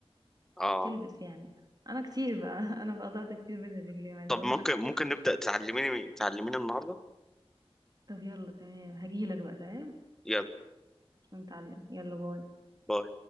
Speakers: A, in the centre; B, on the right.
A: اه
B: بتلبس يعني انا كتير بقى <laughs> انا بقى ضعت كتير بين الرجلين عايزه
A: طب
B: اقول
A: ممكن
B: لك.
A: ممكن نبدا تعلميني تعلميني النهارده
B: طب يلا تمام هجيلك بقى تمام
A: يلا
B: نتعلم يلا باي
A: باي